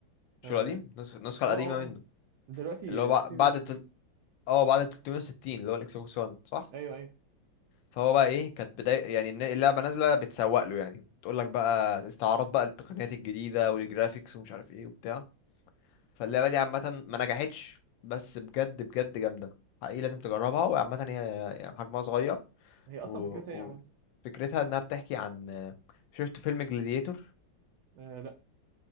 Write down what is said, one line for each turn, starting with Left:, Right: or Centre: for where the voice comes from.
Left: مش
Right: اه
Left: القديم النسخه
Right: اه
Left: القديمه
Right: اه آه.
Left: منه
Right: دلوقتي
Left: اللي هو بع-
Right: سيريس
Left: بعد التل-
Right: موجود
Left: اه بعد 360 اللي هو الاكس بوكس 1 صح
Right: ايوه ايوه
Left: فهو بقى ايه كانت بداية يعني الن- اللعبة نازلة بتسوق له يعني بتقول لك بقى استعارات بقى التقنيات الجديدة والجرافيكس ومش عارف ايه وبتاع فاللعبة دي عامة ما نجحتش بس بجد بجد جامدة حقيقي لازم تجربها وعامة هي يعني حجمها صغير
Right: هي اصلا
Left: و...
Right: فكرتها ايه يا عم؟
Left: وفكرتها انها بتحكي عن شفت فيلم جلاديتور
Right: أه لا